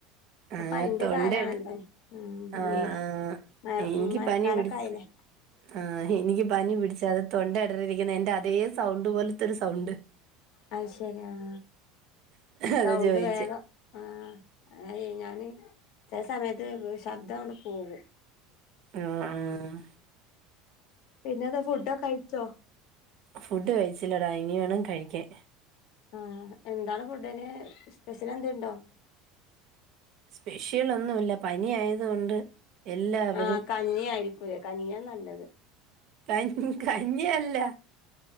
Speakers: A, on the left; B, on the right.
A: ഇപ്പ
B: ആ
A: പനിന്റെ
B: തൊണ്ടയെടു
A: കാലാണല്ലോ മ്
B: ആ
A: മ് ഇ
B: ആ
A: മഴ
B: എനിക്ക്
A: മഴക്കാലൊക്കെ
B: പനി പിടിച്ച്
A: ആയില്ലേ
B: ആ എനിക്ക് പനി പിടിച്ചത് തൊണ്ട ഇടറിരിക്കുന്ന എന്റെ അതെ സൗണ്ട് പോലത്തൊരു സൗണ്ട്
A: അയ്ശരി ആ
B: അതാ
A: സൗണ്ട്
B: ചോദിച്ചെ
A: വേഗം ആ അയ് ഞാന് ചെല സമയത്ത് ശബ്ദം അങ്ങട്ട് പോകും
B: ആഹ് ആഹ്
A: പിന്നെന്ത ഫുഡ് കഴിച്ചോ
B: ഫുഡ് കഴിച്ചില്ലടാ ഇനി വേണം കഴിക്കാൻ
A: ആഹ എന്താണ് ഫുഡിന് സ്പെഷ്യലെന്തെ ഇണ്ടോ
B: സ്പെഷ്യൽ ഒന്നൂല പനി ആയത് കൊണ്ട് എല്ലാവരും
A: ആഹ് കഞ്ഞി ആയിരിക്കൂലെ കഞ്ഞിയ നല്ലത്
B: കഞ്ഞ ഹു ഹ് കഞ്ഞിയല്ല